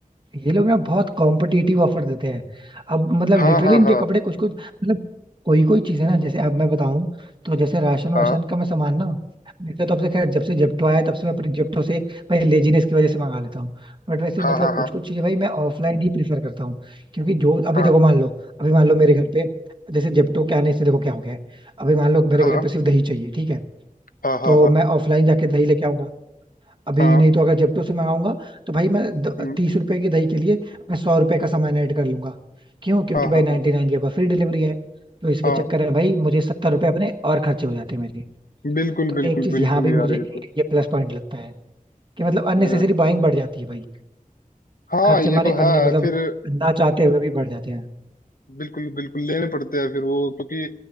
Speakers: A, on the right; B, on the left.
A: ये लोग ना बहुत कॉम्पिटिटिव ऑफर देते हैं अब मतलब
B: हाँ
A: लिटरली
B: हाँ
A: इनके
B: हाँ
A: कपड़े कुछ कुछ मतलब कोई कोई चीज है ना जैसे अब मैं बताऊं तो जैसे राशन वाशन
B: हाँ
A: का मैं सामान ना वैसे तो अब से खैर जब से जेप्टो आया है, तब से मैं अपने जेप्टो से भाई लेजीनेस की वजह से मंगा लेता हूँ बट वैसे मतलब
B: हाँ हाँ
A: कुछ
B: हाँ
A: कुछ चीजें भाई मैं ऑफलाइन ही प्रीफर करता हूँ क्योंकि जो अभी
B: हाँ
A: देखो मान लो अभी मान लो मेरे घर पे जैसे जेप्टो के आने से देखो क्या हो गया है अभी मान लो मेरे
B: हाँ
A: घर पे सिर्फ दही चाहिए ठीक है
B: हाँ हाँ
A: तो
B: हाँ हाँ
A: मैं ऑफलाइन जाके दही लेके आऊंगा अभी
B: हाँ
A: नहीं तो अगर जेप्टो से मंगाऊंगा तो भाई मैं द-
B: हम्म,
A: तीस रुपए की दही के लिए मैं सौ रुपए का सामान ऐड कर लूंगा क्यों क्योंकि
B: हाँ
A: भाई
B: हाँ
A: नाइनटी
B: हाँ
A: नाइन के ऊपर फ्री डिलीवरी है तो इसके
B: हाँ
A: चक्कर में भाई मुझे सत्तर रुपए अपने और खर्चे हो जाते हैं मेरे
B: बिल्कुल
A: तो
B: बिल्कुल
A: एक चीज
B: बिल्कुल
A: यहाँ भी मुझे
B: यार ये तो
A: ये प्लस पॉइंट लगता है कि मतलब
B: अ,
A: अननेसेसरी बाइंग बढ़ जाती है भाई
B: हाँ
A: खर्चे
B: ये
A: हमारे
B: तो है
A: अन्य मतलब
B: फिर
A: ना चाहते हुए भी बढ़ जाते हैं
B: बिल्कुल बिल्कुल लेने पड़ते हैं फिर वो क्योंकि